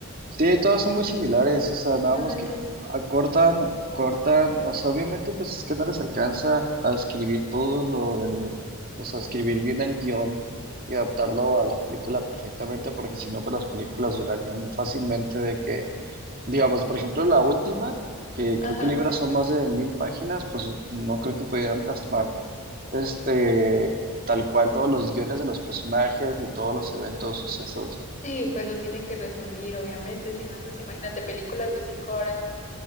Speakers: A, on the right (about 40°); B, on the left (about 35°).
A: Sí, todas son muy similares, o sea, nada
B: No
A: más
B: mentes.
A: que co- acortan, cortan, o sea, obviamente pues es que no les alcanza a escribir todo lo de lo, o sea, escribir bien el guión y adaptarlo a la película perfectamente, porque si no, pues las películas durarían fácilmente de que, digamos, por ejemplo, la última, que creo
B: Ajá.
A: que libras son más de mil páginas, pues no creo que pudieran plasmar, este, tal cual todos los guiones de los personajes ni todos los eventos sucesos
B: Sí, pues los tienen que resumir, obviamente, si no, pues imagínate películas de cinco horas.